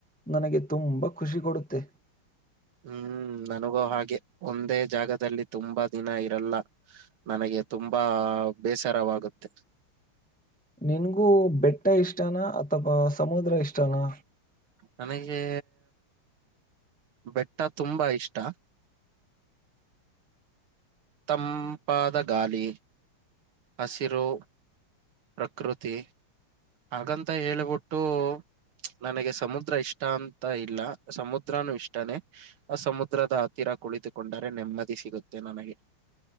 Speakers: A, in the centre; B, on the right.
A: ನನಗೆ ತುಂಬಾ ಖುಷಿ ಕೊಡುತ್ತೆ
B: ಹ್ಮ್ ನನಗೂ ಹಾಗೆ ಒಂದೇ ಜಾಗದಲ್ಲಿ ತುಂಬಾ ದಿನ ಇರಲ್ಲ ನನಗೆ ತುಂಬಾ ಬೇಸರವಾಗುತ್ತೆ
A: ನಿನ್ಗೂ ಬೆಟ್ಟ ಇಷ್ಟನಾ ಅಥವಾ ಸಮುದ್ರ ಇಷ್ಟನಾ
B: ನನಗೆ ಬೆಟ್ಟ ತುಂಬಾ ಇಷ್ಟ. ತಂಪಾದ ಗಾಳಿ ಹಸಿರು. ಪ್ರಕೃತಿ ಹಾಗಂತ ಹೇಳ್ಬಿಟ್ಟು ನನಗೆ ಸಮುದ್ರ ಇಷ್ಟ ಅಂತ ಇಲ್ಲ ಸಮುದ್ರನು ಇಷ್ಟಾನೇ ಆ ಸಮುದ್ರದ ಹತ್ತಿರ ಕುಳಿತುಕೊಂಡರೆ ನೆಮ್ಮದಿ ಸಿಗುತ್ತೆ ನನಗೆ.